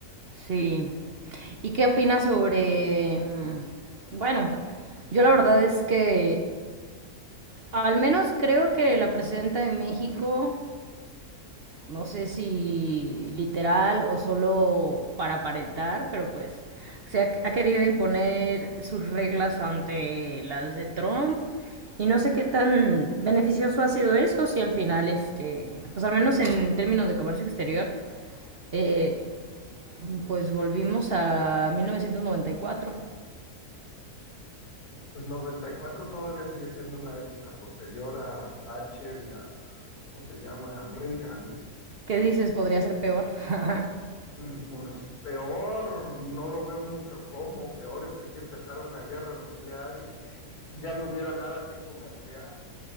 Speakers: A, on the right; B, on the left.
A: Sí. ¿Y qué opinas sobre... mm, Bueno, yo la verdad es que al menos creo que la presidenta de México No sé si literal o solo para aparentar, pero pues se ha, ha querido imponer sus reglas ante las de Trump. Y no sé qué tan beneficioso ha sido eso, si al final, este, pues al menos en, en términos de comercio exterior, eh, pues volvimos a 1994.
B: El 94 todavía sigue siendo una época posterior a Thatcher y a, ¿cómo se llama? Reagan.
A: ¿Qué dices? Podría ser peor. <laughs>
B: Mm, Pues peor, no lo veo mucho como, peor es que si empezara una guerra nuclear y que <laughs> ya no hubiera nada que comerciar.